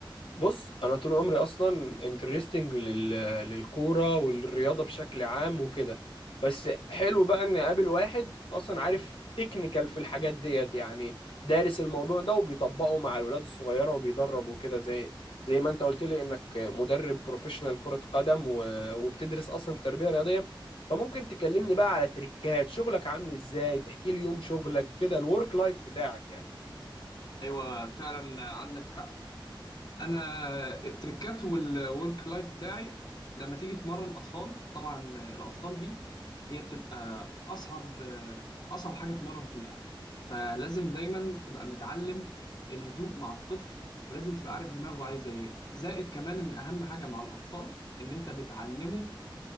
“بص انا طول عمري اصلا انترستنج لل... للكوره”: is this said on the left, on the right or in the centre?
Left